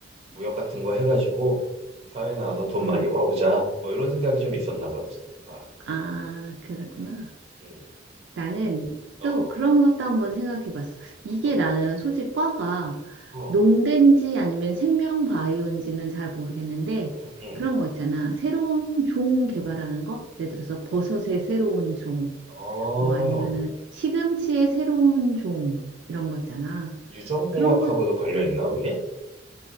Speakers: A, on the right; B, on the right.
A: 무역 같은 거 해가지고 사회 나와서 돈
B: 응.
A: 많이 벌어보자 뭐 이런 생각이 좀 있었나 봐. 봐.
B: 아,
A: 응,
B: 그랬구나.
A: 응.
B: 나는
A: 어.
B: 또 그런 것도 한번 생각해 봤어. 이게
A: 어떤
B: 나는
A: 거?
B: 솔직히 과가
A: 어,
B: 농대인지 아니면 생명 바이오인지는 잘 모르겠는데
A: 응, 응.
B: 그런 거 있잖아. 새로운 종 개발하는 거? 예를 들어서 버섯의 새로운 종,
A: 어,
B: 뭐 아니면은 시금치의 새로운 종 이런 거 있잖아.
A: 유전공학하고도
B: 그런 거
A: 관련 있나 그게?